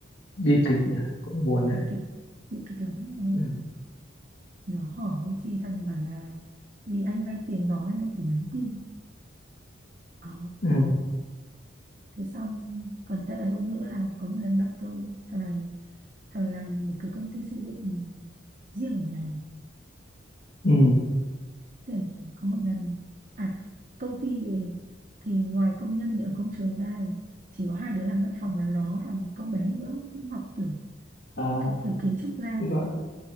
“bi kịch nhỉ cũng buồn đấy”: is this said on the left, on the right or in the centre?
Left